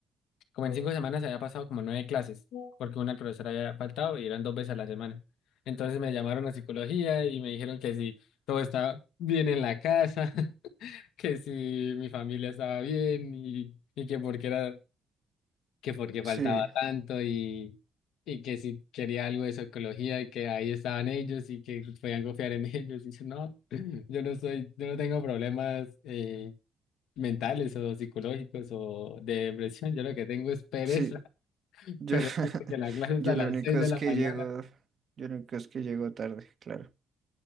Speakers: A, on the left; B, on the right.
A: como en cinco semanas había pasado como nueve clases, porque una el profesor había faltado y eran dos veces a la semana. Entonces me llamaron a psicología y me dijeron que si todo estaba bien en la casa, <laughs> que si mi familia estaba bien y, y que porque era que porque faltaba
B: Sí,
A: tanto y, y que si quería algo de psicología y que ahí estaban ellos y que podían confiar en <laughs> ellos. Y yo, no, <laughs> yo no soy, yo no tengo problemas eh, mentales o psicológicos o de depresión. Yo lo que tengo es pereza,
B: sí.
A: <laughs>
B: Yo,
A: pereza
B: <laughs>
A: porque la clase es
B: yo
A: a las
B: lo único
A: seis de
B: es
A: la
B: que
A: mañana.
B: llego, yo lo único es que llego tarde, claro.